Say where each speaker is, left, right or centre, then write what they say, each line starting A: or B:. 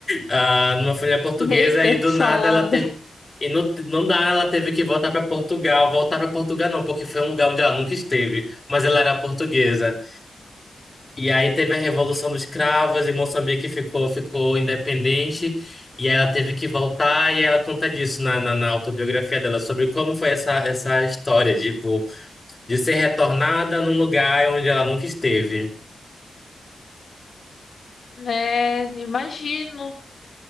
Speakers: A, on the left (about 20°); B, on the left (about 55°).
A: ah, numa família portuguesa
B: Eita,
A: e
B: que
A: do
B: salada.
A: nada ela teve. E no, no nada ela teve que voltar para Portugal. Voltar para Portugal não, porque foi um lugar onde ela nunca esteve, mas ela era portuguesa. E aí teve a Revolução dos Cravos e Moçambique ficou, ficou independente. E aí ela teve que voltar e ela conta disso na, na, na autobiografia dela, sobre como foi essa, essa história, tipo, de ser retornada num lugar onde ela nunca esteve.
B: É, imagino.